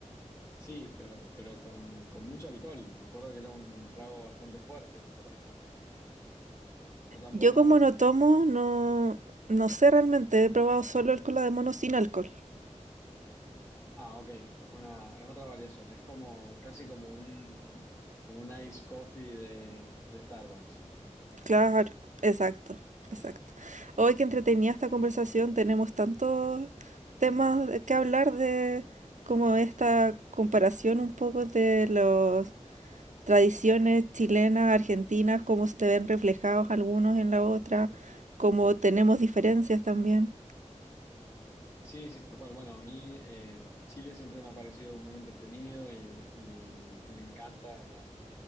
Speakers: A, on the left (about 20°); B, on the right (about 80°).
A: Sí, pero, pero con, con mucho alcohol. Me acuerdo que era un trago bastante fuerte el cola de mono. O tampoco
B: Yo como
A: tanto.
B: no tomo, no, no sé realmente, he probado solo el cola de mono sin alcohol.
A: Ah, ok, es una, es otra variación, es como, casi como un, como un ice coffee de, de Starbucks.
B: Claro, exacto, exacto. Hoy que entretenía esta conversación, tenemos tantos temas de que hablar de como esta comparación un poco de las tradiciones chilenas, argentinas, cómo se ven reflejados algunos en la otra, cómo tenemos diferencias también.
A: Sí, sí, tal cual. Bueno, a mí eh, Chile siempre me ha parecido muy entretenido y, y- y me encanta la,